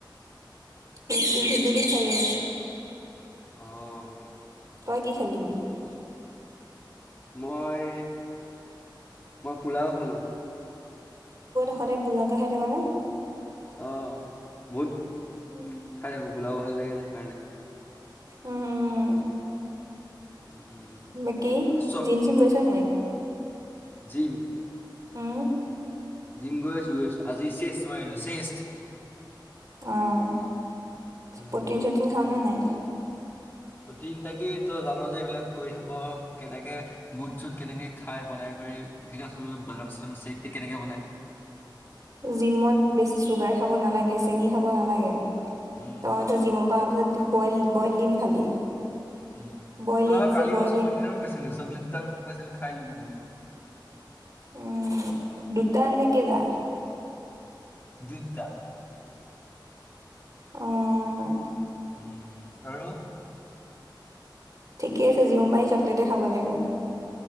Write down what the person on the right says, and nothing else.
সেইটো সেদিনে খালো
তই কি খালি
সদায় পোলাও কে খাই থাক নে
উম,
উম উম
বাকি
জিম চিম গৈছ নাই।
ওমহ
অঁ
পটিন চোটিন খাও নে নাই?
জিমত বেছি চুগাৰ খাব নালাগে, চেনি খাব নালাগে।
তইতো জিমৰ পৰা অহা পিছত বইল বইল দিম খালি?
বইল
এগ
যে বইল
এগ
উম। দুটা নে কেইটা?
অ'।
ঠিকে আছে জিমৰ পা আহিছ? টাতে খাব লাগে।